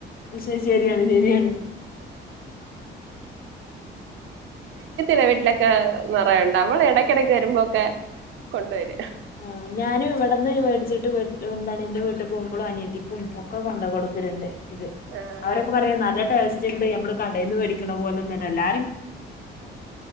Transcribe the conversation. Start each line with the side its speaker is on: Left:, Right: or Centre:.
Left: പക്ഷെ ശരിയാണ് ശരിയാണ്
Right: ഹാ ശ് ഗ
Left: ആഹ് ഞാനും ഇവിടെന്ന് മേടിച്ചിട്ട് വീ എന്താണ് എൻന്റെ വീട്ടിൽ പോകുമ്പോും അനിയധികം ക്കെ കൊണ്ട് കൊടുക്കൽ ഇണ്ട് ഇത്
Right: ആഹ്
Left: അവരൊക്കെ
Right: ആഹ്
Left: പറയാ നല്ല ടേസ്റ്റ്ണ്ട് നമ്മൾ കടേൽനിന്ന് വെടിക്കുന്ന പോലെഅല്ല നല്ല